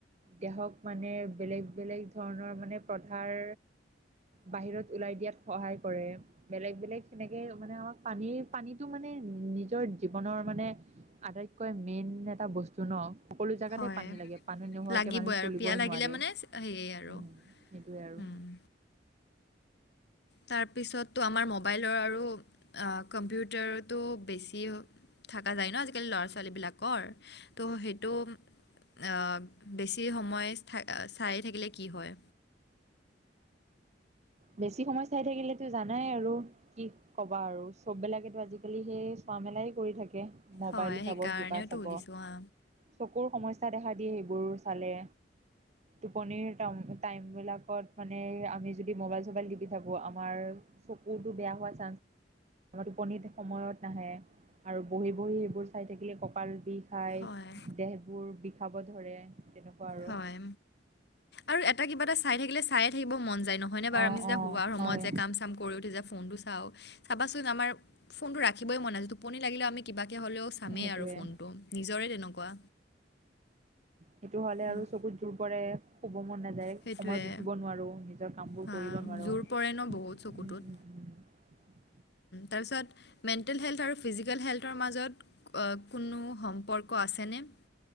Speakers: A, on the right; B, on the left.
A: দেহক মানে বেলেগ-বেলেগ ধৰণৰ মানে প্ৰথাৰ বাহিৰত ওলাই দিয়াত সহায় কৰে। বেলেগ-বেলেগ সেনেকে মানে আমাক পানীৰ-পানীটো মানে নিজৰ জীৱনৰ মানে- আটাইতকৈ মেইন এটা বস্তু ন'। সকলো জাগাতে
B: হয়
A: পানী লাগে, পানী নোহোৱাকে
B: লাগিবই
A: মানুহে
B: আৰু
A: চলিবই
B: পিয়াহ লাগিলে
A: নোৱাৰে,
B: মানে সেয়ে আৰু
A: উম'। সেইটোৱে আৰু।
B: উম, তাৰপিছত তো আমাৰ মোবাইলৰ আৰু কম্পিউটাৰতো বেছি- থকা যায় ন' আজিকালি ল'ৰা-ছোৱালীবিলাকৰ। ত' সেইটো- আঁহ', বেছি সময় চাই থাকিলে কি হয়?
A: বেছি সময় চাই থাকিলেতো জানাই আৰু। কি ক'বা আৰু চববিলাকেতো আজিকালি সেই চোৱা মেলাই কৰি থাকে। মবাইল
B: হয়
A: চাব,
B: সেইকাৰণেতো
A: কিবা চাব,
B: সুধিছোঁ হা
A: চকুৰ সমস্যা দেখা দিয়ে সেইবোৰ চালে। টোপনিৰ টাইম বিলাকত মানে আমি যদি য মোবাইল চবাইল টিপি থাকো আমাৰ চকুতটো বেয়া হোৱা চান্স, আমাৰ টোপনিত সময়ত নাহে আৰু বহি বহি সেইবোৰ চাই থাকিলে কঁপাল বিষ, খাই
B: হয়
A: দেহবোৰ বিষাব ধৰে তেনেকুৱা, আৰু
B: হয় আৰু এটা কিবা এটা চাই থাকিলে চা চাইউয়ে থাকিব মন যায় নহয়নে বাৰু
A: অ
B: আমি যেতি
A: অ
B: হোৱাৰ সময়ত
A: হয়
B: যে কাম, কাম কৰি উঠি যে ফোন টো চাওঁ চাবাচোন আমাৰ, ফোনটো ৰাখিবই মন ন আয টোপনি লাগিলেও আমি কিবাকে হ'লেও চামেই
A: সেইটোৱে
B: আৰু ফোনটো নিজৰে তেনেকুৱা।
A: সেইটো হ'লে
B: উম,
A: আৰু চকুত জোৰ পৰে। শুব মন নাযায়
B: সেইটোৱে
A: সময়ত উঠিব নোৱাৰোঁ নিজৰ কামবোৰ
B: হা
A: কৰিব নোৱাৰোঁ,
B: জোৰ পৰে ন বহুত চকুটোত
A: উম উম উম। <unintelligible>
B: তাৰপিছত মেণ্টেল হেল্থ আৰু ফিজিকেল হেল্থৰ মাজত, আ কোনো সম্পৰ্ক আছেনে?